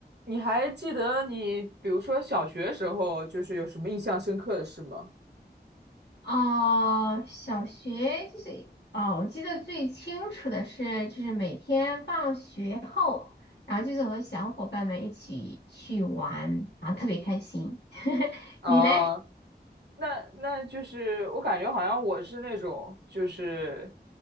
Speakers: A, on the right; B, on the left.
A: 你还记得你，比如说小学时候，就是有什么印象深刻的事吗？
B: 哦，小学就是哦，我记得最清楚的是，就是每天放学后，然后就是和小伙伴们一起去玩，然后特别开心。<laughs>
A: 啊，
B: 你嘞？
A: 那那就是我感觉好像我是那种，就是